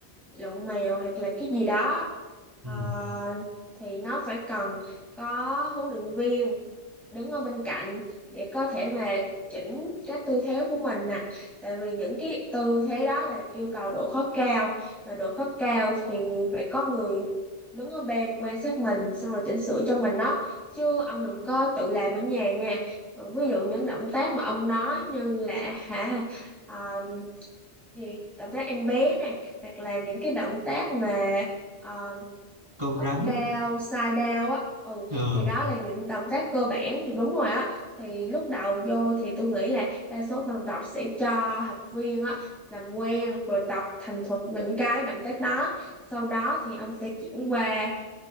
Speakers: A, in the centre; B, on the right (about 25°).
A: lộn mèo hoặc là cái gì đó
B: ừ.
A: ờ, thì nó phải cần có huấn luyện viên đứng ở bên cạnh để có thể mà chỉnh các tư thế của mình nè tại vì những cái tư thế đó là yêu cầu độ khó cao mà độ khó cao thì phải có người đứng ở bên quan sát mình xong rồi chỉnh sửa cho mình đó chứ ông đừng có tự làm ở nhà nha còn ví dụ những động tác mà ông nói như là hả à, gì động tác em bé nè hoặc là những cái động tác mà à,
B: Con
A: up
B: rắn.
A: down side down á ừ
B: Ờ.
A: thì đó là những động tác cơ bản đúng rồi á thì lúc đầu vô thì tôi nghĩ là đa số phòng tập sẽ cho học viên á làm quen rồi tập thành thục những cái động tác đó sau đó thì ông sẽ chuyển qua